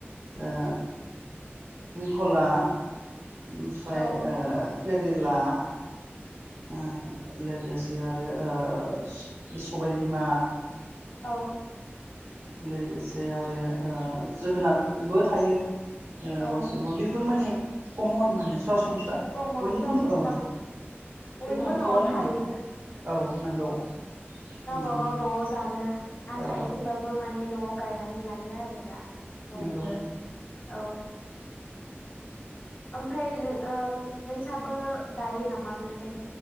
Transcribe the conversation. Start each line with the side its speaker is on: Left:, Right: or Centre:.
Right: ओ। खला। ओमफ्राय
Left: औ
Right: ओ के केरेला। आ लोगोसे। आरो <unintelligible> सबायबिमा
Left: औ।
Right: लोगोसे आरो ओ। जोगोनारबो थायो। ओ
Left: औ
Right: बांसिन नखर बेफोर माने। कमन माने <unintelligible>
Left: कमन
Right: बयनिबो
Left: सरासनस्रा
Right: औ
Left: बयनिबो
Right: न'खराव
Left: नआव थायो
Right: माने औ नंगौ
Left: गावबागाव
Right: उम
Left: नआव जानो। आन्था
Right: औ
Left: एसेबाबो माने। नआव गायनानै लायो आरो। आरो दा बयबो
Right: नंगौ
Left: औ। ओमफ्राय ओ नोंसाबो गायो नामा। बेबायायदि।